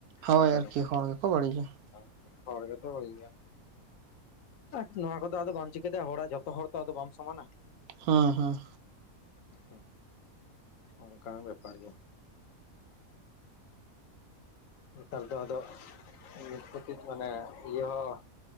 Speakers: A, on the right; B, on the left.
A: ᱦᱳᱭ
B: ᱚᱱᱠᱟ
A: ᱟᱨᱠᱤ
B: ᱫᱚ
A: ᱦᱚᱲ ᱜᱮᱠᱚ ᱵᱟᱹᱲᱤᱡᱟ᱾
B: <unintelligible> ᱪᱟᱠᱨᱤ ᱦᱚᱲ ᱠᱚᱫᱚ ᱟᱫᱚ ᱵᱟᱢ ᱪᱤᱠᱟᱹᱭ ᱫᱟ ᱡᱷᱚᱛᱚ ᱦᱚᱲ ᱛᱚ ᱟᱫᱚ ᱵᱟᱢ ᱥᱚᱢᱟᱱᱟ᱾
A: ᱦᱮᱸ ᱦᱮᱸ
B: ᱦᱮᱸ ᱚᱱᱠᱟᱱ ᱵᱮᱯᱟᱨ ᱜᱮ᱾ ᱱᱮᱛᱟᱨ ᱫᱚ ᱟᱫᱚ ᱱᱤᱛ ᱠᱟᱹᱴᱤᱡ ᱢᱟᱱᱮ ᱤᱭᱟᱹ ᱦᱚᱸ